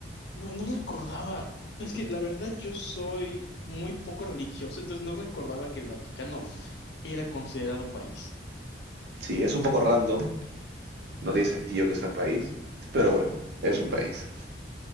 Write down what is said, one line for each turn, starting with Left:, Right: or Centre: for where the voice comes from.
Left: No, no recordaba. Es que la verdad yo soy muy poco religioso, entonces no recordaba que el Vaticano era considerado país.
Right: Sí, es un poco random, no tiene sentido que sea un país, pero bueno, es un país.